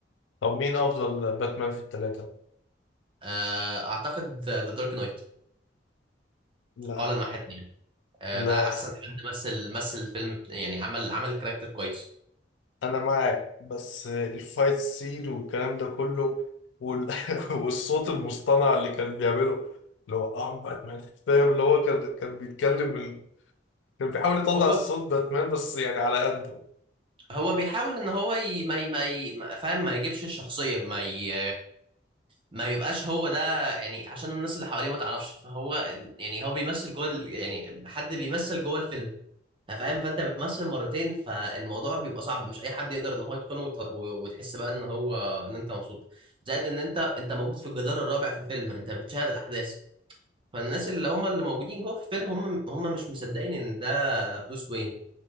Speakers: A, on the left; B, on the right.
A: طب مين افضل باتمان في الثلاثة
B: آه، اعتقد ذا دارك نايت
A: لا
B: قال واحد آه،
A: لا
B: ده احسن حد مثل مثل الفيلم بت- يعني عمل عمل الكاركتر كويس
A: انا معاك بس الفايت سين والكلام ده كله وال... <laughs> والصوت المصطنع اللي كان بيعمله اللي هو ام باتمان فاهم اللي هو كان كان بيتكلم ال... كان بيحاول يطلع
B: هو
A: الصوت باتمان بس يعني على قده
B: هو بيحاول ان هو ي... ما ي... ما ي... ما- فاهم ما يجيبش الشخصيه ما ي... ما يبقاش هو ده يعني عشان الناس اللي حواليه ما تعرفش فهو يعني هو بيمثل جوه ال... يعني حد بيمثل جوه الفيلم فاهم فانت بتمثل مرتين فالموضوع بيبقى صعب مش اي حد يقدر ان هو يتقنه وت... و- وتحس بقى ان هو ان انت مبسوط زائد ان انت انت موجود في الجدار الرابع في الفيلم انت بتشاهد الاحداث فالناس اللي هم اللي موجودين جوه في الفيلم هم هم مش مصدقين ان ده بروس وين